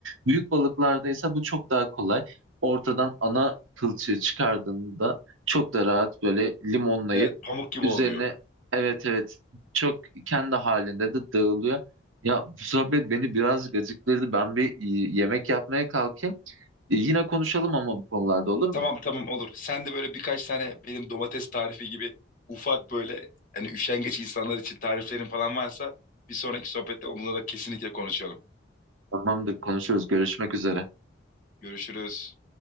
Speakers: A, on the right; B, on the left.
A: Büyük balıklarda ise bu çok daha kolay. Ortadan ana kılçığı çıkardığında çok da rahat böyle limonlayıp
B: Evet pamuk gibi
A: üzerine
B: oluyor.
A: evet evet çok kendi halinde de dağılıyor. Ya bu sohbet beni biraz gacıktırdı. Ben bir e, yemek yapmaya kalkayım. Yine konuşalım ama bu konularda olur mu?
B: Tamam tamam olur. Sen de böyle birkaç tane benim domates tarifi gibi ufak böyle hani üşengeç insanlar için tariflerin falan varsa bir sonraki sohbette onunla da kesinlikle konuşalım.
A: Tamamdır, konuşuruz. Görüşmek üzere.
B: Görüşürüz.